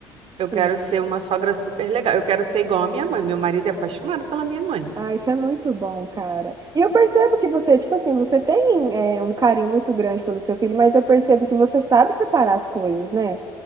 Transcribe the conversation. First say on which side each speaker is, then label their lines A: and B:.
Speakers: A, on the right; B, on the right.
A: Eu quero
B: Sim.
A: ser uma sogra super legal. Eu quero ser igual à minha mãe. Meu marido é apaixonado pela minha mãe.
B: Ah, isso é muito bom, cara. E eu percebo que você, tipo assim, você tem é, um carinho muito grande pelo seu filho, mas eu percebo que você sabe separar as coisas, né?